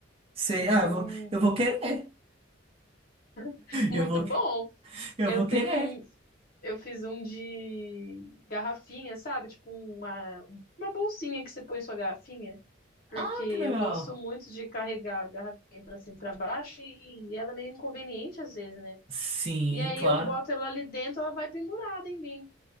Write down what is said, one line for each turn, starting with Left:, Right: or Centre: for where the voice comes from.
Right: sei.
Left: Então,
Right: Ah, eu vou, eu vou querer. <laughs>
Left: <laughs> muito
Right: Eu vou,
Left: bom.
Right: eu
Left: Eu
Right: vou
Left: tenho
Right: querer.
Left: um, eu fiz um de garrafinha, sabe? Tipo uma, uma bolsinha que você põe sua garrafinha, porque
Right: Ah,
Left: eu
Right: que legal.
Left: gosto muito de carregar a garrafinha pra cima e pra baixo e ela é meio inconveniente às vezes, né?
Right: Sim,
Left: E aí
Right: claro.
Left: eu boto ela ali dentro, ela vai pendurada em mim.